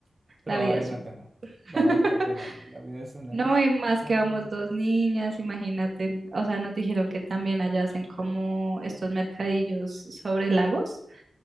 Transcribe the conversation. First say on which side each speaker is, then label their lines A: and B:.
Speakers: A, on the right (about 30°); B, on the right (about 55°).
A: Pero
B: la
A: va
B: vida
A: a valer
B: es
A: la
B: una.
A: pena.
B: <laughs>
A: Va a valer la pena. La vida es una.
B: No,
A: es-
B: y más
A: es todo
B: que vamos
A: lo que tú
B: dos
A: tienes.
B: niñas, imagínate, o sea, nos dijeron que también allá hacen como estos mercadillos sobre lagos,